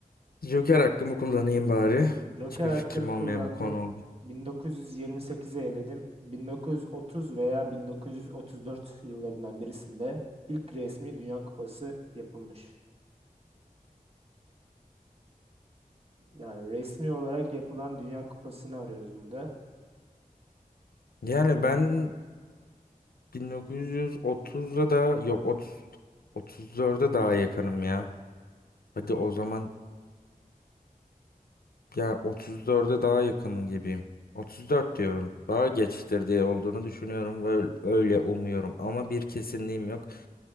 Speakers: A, on the left (about 85°); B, on the right (about 40°).
A: Joker hakkımı kullanayım bari.
B: Joker
A: Hiçbir
B: hakkını
A: fikrim olmayan
B: kullandın.
A: bir konu oldu.
B: 1928'i eledim. 1930 veya 1934 yıllarından birisinde ilk resmi Dünya Kupası yapılmış. Yani resmi olarak yapılan Dünya Kupası'nı arıyoruz burada.
A: Yani ben 1930'a da yok 30 34'e daha yakınım ya. Hadi o zaman Ya 34'e daha yakın gibiyim. 34 diyorum. Daha geçtir diye olduğunu düşünüyorum ve öyle, öyle umuyorum. Ama bir kesinliğim yok.